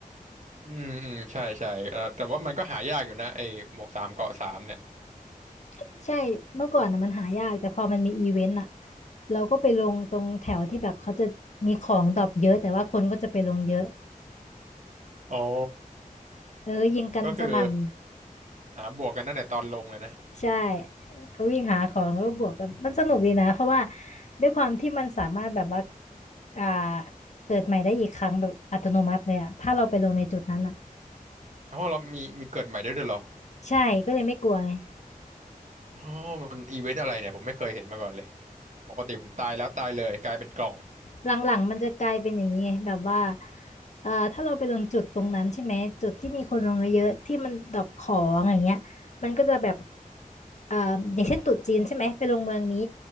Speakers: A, on the right (about 55°); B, on the left (about 55°).
A: อืมอืมใช่ใช่เอ่อแต่ว่ามันก็หายากอยู่นะไอ้หมวกสามเกาะสามเนี่ย
B: <laughs> ใช่เมื่อก่อนนะมันหายากแต่พอมันมีอีเวนต์อ่ะเราก็ไปลงตรงแถวที่แบบเขาจะมีของดรอปเยอะแต่ว่าคนก็จะไปลงเยอะ
A: อ๋อ
B: เออยิงกันสนั่น
A: ก็คืออ่าบวกกันตั้งแต่ตอนลงเลยนะ
B: ใช่ก็วิ่งหาของแล้วก็บวกกันมันสนุกดีนะเพราะว่าด้วยความที่มันสามารถแบบว่าอ่าเกิดใหม่ได้อีกครั้งแบบอัตโนมัติเลยอะถ้าเราไปลงในจุดนั้นอะ
A: เพราะเรามีมีเกิดใหม่ได้ด้วยเหรอ
B: ใช่ก็เลยไม่กลัวไง
A: อ๋อมันอีเวนต์อะไรเนี่ยผมไม่เคยเห็นมาก่อนเลย ปกติผมตายแล้วตายเลยกลายเป็นกล่อง
B: หลังๆมันจะกลายเป็นอย่างนี้ไงแบบว่าเอ่อถ้าเราไปลงจุดตรงนั้นใช่ไหมจุดที่มีคนลงเยอะๆที่มันดรอปของอย่างเงี้ยมันก็จะแบบเอ่ออย่างเช่นตรุษจีนใช่ไหมไปลงเมืองนี้